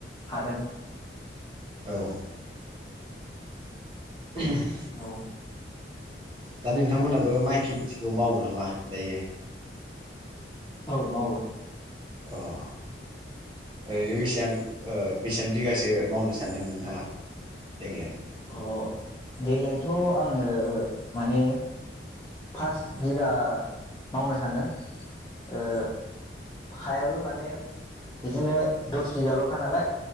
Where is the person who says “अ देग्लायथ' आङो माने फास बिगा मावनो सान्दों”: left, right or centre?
Left